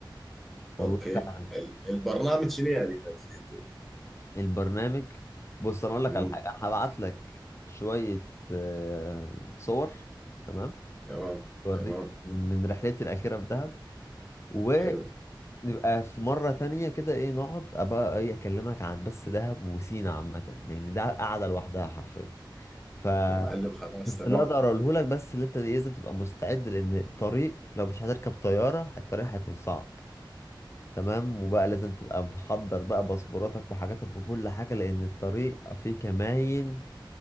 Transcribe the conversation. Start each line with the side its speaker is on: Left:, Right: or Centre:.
Left: والله
Centre: اوكي
Left: فعلا
Centre: ال- البرنامج شنو يعني هناك في الحته دي
Left: البرنامج بص انا اقول لك
Centre: امم
Left: على حاجه انا هبعت لك شويه آه، صور تمام
Centre: تمام
Left: اوريك
Centre: تمام
Left: من من رحلتي الاخيره في دهب ونبقى
Centre: حلو
Left: في مره تانية كده ايه نقعد ابقى ايه اكلمك عن بس دهب وسينا عامه لان ده قاعده لوحدها حرفيا ف
Centre: يا معلم خلاص
Left: بس
Centre: تمام
Left: اللي اقدر اقوله لك بس اللي انت لازم تبقى مستعد لان الطريق لو مش هتركب طياره الطريق هيكون صعب تمام وبقى لازم تبقى محضر بقى باسبوراتك وحاجاتك وكل حاجة لأن الطريق فيه كماين